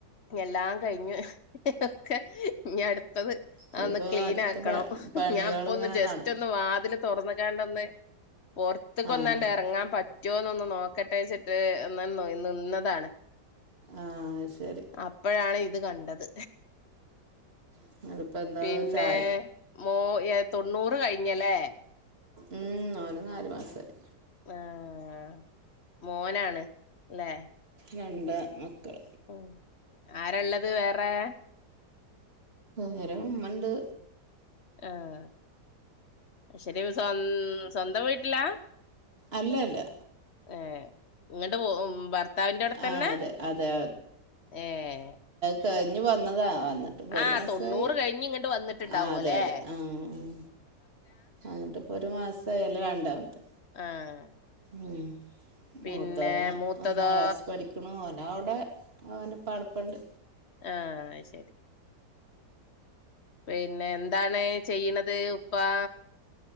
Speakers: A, on the left (about 40°); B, on the right (about 35°).
A: എല്ലാം കഴിഞ്ഞ് ഒക്കെ ഇഞ്ഞട്ത്തത്
B: ഇനിയിപ്പോ
A: അഹ് ഒന്ന് ക്ലീൻ
B: അടുത്ത
A: ആക്കണം
B: പ പണികളിങ്ങനെ
A: ഞാൻ ഇപ്പ ഒന്ന് ജസ്റ്റ്
B: നട
A: ഒന്ന് വാതിൽ തൊർന്ന്ക്കാണ്ടൊന്ന്, പൊർത്ത്ക്കൊന്നാണ്ട്
B: ആഹ്
A: എറങ്ങാൻ പ റ്റോന്നൊന്ന് നോക്കട്ടെച്ചിട്ട് ഒന്നാണ്ട് നൊയ് നിന്നതാണ്.
B: ആഹ് അത്ശരി
A: അപ്പഴാണ് ഇത് കണ്ടത്
B: ഇങ്ങളിപ്പോ എന്താ
A: പിന്നേ
B: ചായ
A: മോ യേ തൊണ്ണൂറ് കഴിഞ്ഞ ലേ.
B: ഉം ഓന് നാല് മാസായി
A: ആഹ് മോനാണ് ല്ലേ
B: രണ്ടാ മക്കൾ
A: ഉം ആരള്ളത് വേറെ
B: വേറെ ഉമ്മണ്ട്
A: ആഹ്, അഹ്ശരി പ്പം സ്വ സ്വന്തം വീട്ടിലാ?
B: അല്ല അല്ല
A: ഏഹ് ഇങ്ങട്ട് പോ ഭർത്താവിന്റെ അവിടെത്തന്നെ
B: ആഹ് അതെ അതെ
A: ഏഹ്
B: കഴിഞ്ഞു വന്നതാ. വന്ന് ട്ട് പ്പൊര്
A: ആഹ്
B: മാസായി.
A: തൊണ്ണൂറ് കഴിഞ്ഞ് ഇങ്ങട്ട് വന്നിട്ടുണ്ടാവുംല്ലേ
B: ആഹ് അതെ അതെ ആഹ് എന്നിട്ട് ഒരു മാസായി അല്ല രണ്ടാമത്തെ
A: ആഹ്
B: ഉം, മൂത്തവന്
A: പിന്നെ മൂത്തതോ
B: ഒന്നാം ക്ലാസ് പഠി ക്ക്ണ്. ഓനവ്ടെ ഓൻ്റെ പടപ്പ്ണ്ട്
A: ആഹ് അഹ്ശരി പിന്നെ എന്താണ് ചെയ്യ്ണത് ഉപ്പാ